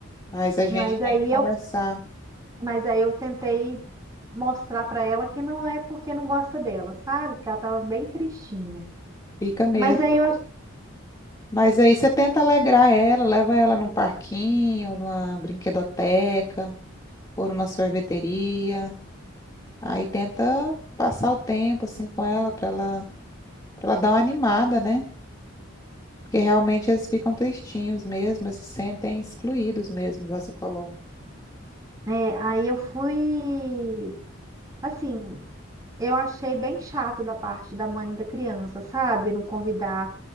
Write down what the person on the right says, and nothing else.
mas
aí
eu Mas aí eu tentei mostrar pra ela que não é porque não gosta dela, sabe? Que ela tava bem tristinha.
Mas aí eu, ach-
é, aí eu fui, assim, eu achei bem chato da parte da mãe da criança, sabe? Não convidar